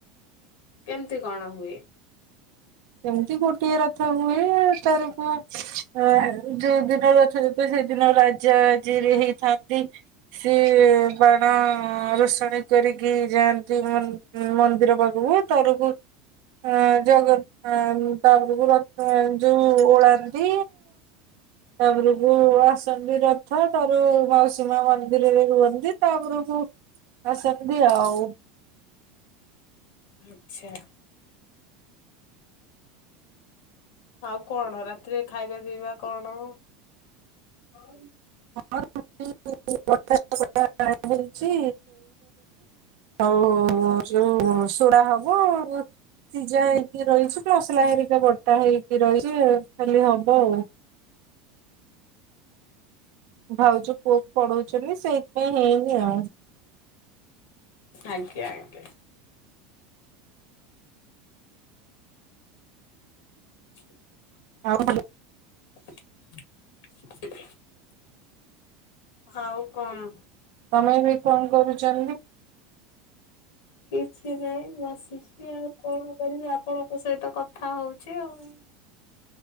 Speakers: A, on the left; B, on the right.
A: କେମିତି କଣ ହୁଏ?
B: ଏମିତି ଗୋଟିଏ ରଥ ହୁଏ ତାର କୁ ଏ ଯୋଉ ଦିନ ରଥଯାତ୍ରା ସେଦିନ ରାଜାଜିରେ ହେଇଥା ନ୍ତି ସିଏ କଣ? ଅ ରୋଷଣୀ କରିକି ଯାଆନ୍ତି ମନ୍ ମନ୍ଦିର ପାଖକୁ ତରକୁ ହଁ ଜଗ ଆ ତାପରକୁ ରଥ ଯୋଉ ଓଳାନ୍ତି ତାପରକୁ ଆସନ୍ତି ରଥ ତାପରେ ମାଉସୀ ମା ମନ୍ଦିରରେ ରୁହନ୍ତି ତା ଉପରକୁ <unintelligible> ଆଉ।
A: ଆଚ୍ଛା। ଆଉ କଣ ରାତିରେ ଖାଇବା ପିଇବା କଣ? ହଉ
B: ଁ <unintelligible> ହେଇଚି ଆଉ ଯୋଉ ଶଡା ହବ ସିଝା ହେଇକି ରହିଛି ମସଲା ହେରିକା ବଟା ହେଇକି ରହିଛି ଖାଲି ହବ ଆଉ ଭାଉଜ ପୁଅ କୁ ପଢଉଛନ୍ତି ସେଇଥିପାଇଁ ହେଇନି ଆଉ
A: ଆଜ୍ଞା ଆଜ୍ଞା <inaudible>
B: ଆଉ <unintelligible>
A: <unintelligible> ହଉ କଣ
B: ତମେ ଏବେ କଣ କରୁଛନ୍ତି
A: କିଛି ନାହିଁ ମୁଁ ବସିଛି ଆଉ କଣ କରିବି ଆପଣଙ୍କ ସହିତ କଥା ହଉଛି ଆଉ